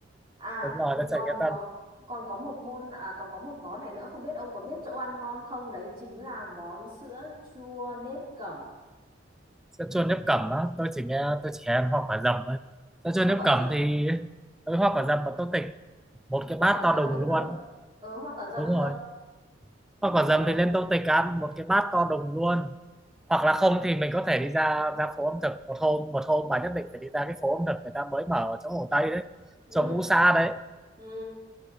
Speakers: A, on the right (about 25°); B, in the centre.
A: À,
B: đúng rồi
A: ừ,
B: ra
A: còn
B: chợ Nghĩa Tân
A: có còn có một môn à, còn có một món này nữa không biết ông có biết chỗ ăn ngon không? Đấy chính là món sữa chua nếp cẩm.
B: sân chua nếp cẩm đó tôi chỉ nghe tôi chỉ ăn hoa quả dầm thôi sân chua
A: Hoa
B: nếp
A: quả
B: cẩm
A: dầm
B: thì
A: à?
B: với hoa quả dầm và tô tịch một cái
A: Hoa
B: bát
A: quả dầm
B: to đùng
A: cũng
B: luôn
A: được. Ừ, hoa quả dầm
B: đúng
A: cũng
B: rồi
A: được.
B: hoa
A: Thế hoa
B: quả
A: quả
B: dầm
A: dầm.
B: thì lên tô tịch ăn một cái bát to đùng luôn hoặc là không thì mình có thể đi ra ra phố ẩm thực một hôm một hôm bà nhất định phải đi ra cái phố ẩm thực người ta mới mở ở chỗ Hồ Tây đấy
A: Ừ.
B: chỗ Ngũ Sa đấy
A: Ừ.